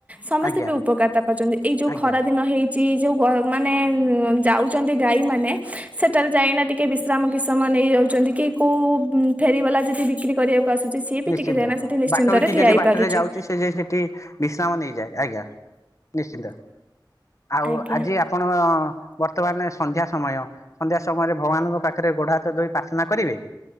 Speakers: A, on the right; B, on the left.
A: ସମସ୍ତେ
B: ଆଜ୍ଞା
A: ବି ଉପକାରିତା ପାଉଛନ୍ତି। ଏଇ ଯୋଉ
B: ଆଜ୍ଞା
A: ଖରା ଦିନ ହେଇଛି ଯୋଉ ମାନେ ଯାଉଛନ୍ତି ଗାଈ ମାନେ ସେଠାରେ ଯାଇନା ଟିକେ ବିଶ୍ରାମ କି ସମୟ ନେଇଯାଉଛନ୍ତି। କି କୋଉ ଫେରି ବାଲା ଯଦି ବିକ୍ରି କରିବାକୁ ଆସୁଛି ସିଏ ବି
B: ନିଶ୍ଚିନ୍ତ
A: ଟିକେ ଯାଇନା ସେଠି ନିଶ୍ଚିନ୍ତରେ
B: ବାଟ ଏଇଠି
A: ଠିଆ
B: ଯଦି
A: ହେଇପାରୁଛି
B: ବାଟରେ ଯାଉଛି ସେ ଯ ସେଠି ବିଶ୍ରାମ ନେଇଯାଏ ଆଜ୍ଞା। ନିଶ୍ଚିନ୍ତ ଆଉ
A: ଆଜ୍ଞା
B: ଆଜି ଆପଣଙ୍କ ବର୍ତ୍ତମାନ ସନ୍ଧ୍ୟା ସମୟ ସନ୍ଧ୍ୟା ସମୟରେ ଭଗବାନଙ୍କ ପାଖରେ ଗୋଡ ହାତ ଧୋଇ ପ୍ରାର୍ଥନା କରିବେ।